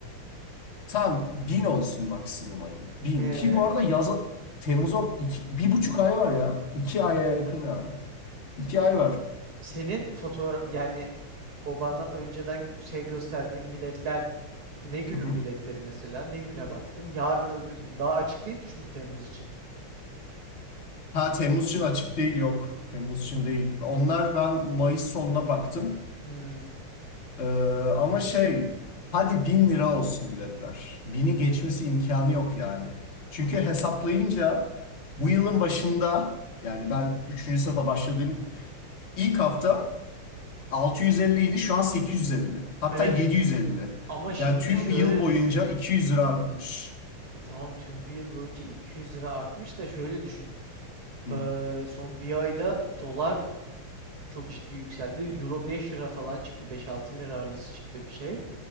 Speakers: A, on the left; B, on the right.
A: Tam bin olsun maksimum hadi. Bin.
B: Ee,
A: Ki bu arada yaz Temmuz'a iki, bir buçuk ay var ya. İki aya yakın yani. İki ay var.
B: senin fotoğraf yani o bana önceden gö- şey gösterdiğin biletler ne günün
A: Hı hı.
B: biletleri mesela? Ne güne baktın? Yarın öbür gün. Daha açık değildi çünkü Temmuz için.
A: Ha Temmuz için açık değil yok. Temmuz için değil. Onlar ben Mayıs sonuna baktım.
B: Hmm,
A: Ee, ama şey hadi bin lira olsun biletler. Bini geçmesi imkanı yok yani. Çünkü hesaplayınca bu yılın başında yani ben üçüncü sınıfa başladığım ilk hafta 650 idi şu an 850. Hatta
B: Evet
A: 750.
B: ama şimdi
A: Yani tüm
B: şöyle
A: yıl boyunca
B: düşün.
A: 200 lira artmış.
B: Ya tamam tüm bir yıl boyunca 200 lira artmış da şöyle düşün.
A: Hı.
B: Eee, son bir ayda dolar çok ciddi yükseldi. Euro 5 lira falan çıktı. beş altı lira arası çıktı bir şey.